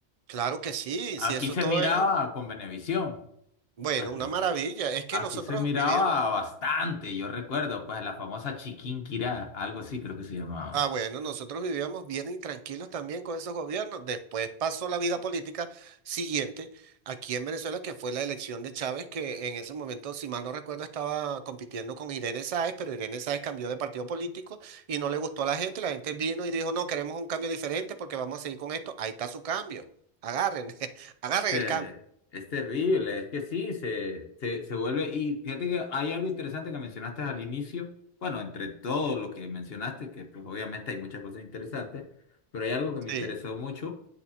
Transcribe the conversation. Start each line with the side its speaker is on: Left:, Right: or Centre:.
Right: Claro que sí,
Left: Aquí
Right: si eso
Left: se
Right: todo
Left: miraba
Right: era,
Left: con Venevisión.
Right: bueno,
Left: Aquí,
Right: una maravilla. Es que
Left: aquí
Right: nosotros
Left: se miraba
Right: vivíamos,
Left: bastante, yo recuerdo, pues la famosa Chiquinquirá, algo así creo que se llamaba.
Right: Ah, bueno, nosotros vivíamos bien y tranquilos también con esos gobiernos. Después pasó la vida política siguiente aquí en Venezuela, que fue la elección de Chávez, que en ese momento, si mal no recuerdo, estaba compitiendo con Irene Sáez, pero Irene Sáez cambió de partido político y no le gustó a la gente. La gente vino y dijo, no, queremos un cambio diferente porque vamos a seguir con esto. Ahí está su cambio. Agarren, <laughs> agarren
Left: Eh,
Right: el cambio.
Left: es terrible, es que sí, se, se, se vuelve. Y fíjate que hay algo interesante que mencionaste al inicio. Bueno, entre todo lo que mencionaste, que pues obviamente hay muchas cosas interesantes, pero hay algo que me
Right: Sí,
Left: interesó mucho